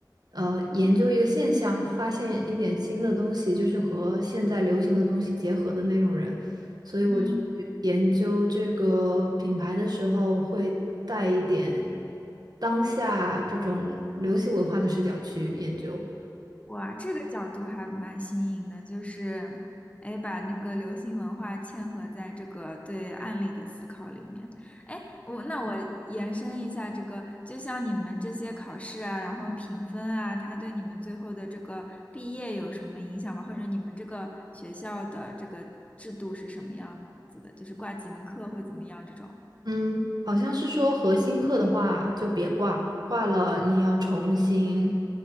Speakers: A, on the right; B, on the left.
A: 呃研究一个现象，发现一点新的东西，就是和现在流行的东西结合的那种人。所以我去研究这个品牌的时候，
B: 嗯。
A: 会带一点当下这种流行文化的视角去研究。
B: 哇，这个角度还蛮新颖的，就是，哎，把那个流行文化嵌合在这个对案例的思考里面。哎，我那我延伸一下这个，就像你们这些考试啊，然后评分啊，它对你们最后的这个毕业有什么影响吗？或者你们这个学校的这个制度是什么样子的？就是挂几门课会怎么样这种？
A: 嗯，好像是说核心课的话就别挂，挂了你要重新